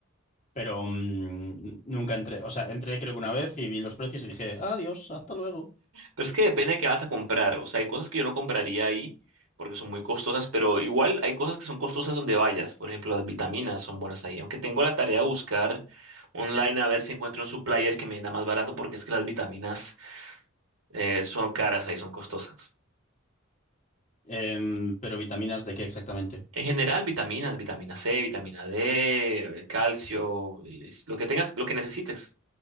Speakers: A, on the left; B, on the right.
A: Pero mm, nunca entré, o sea, entré creo que una vez y vi los precios y dije, adiós, hasta luego.
B: Pero es que depende de qué vas a comprar. O sea, hay cosas que yo no compraría ahí porque son muy costosas, pero igual hay cosas que son costosas donde vayas. Por ejemplo, las vitaminas son buenas ahí. Aunque tengo la tarea de buscar online a ver si encuentro un supplier que me da más barato porque es que las vitaminas eh, son caras ahí, son costosas.
A: Em, pero vitaminas, ¿de qué exactamente?
B: En general, vitaminas, vitamina C, vitamina D, eh, calcio, y lo que tengas, lo que necesites,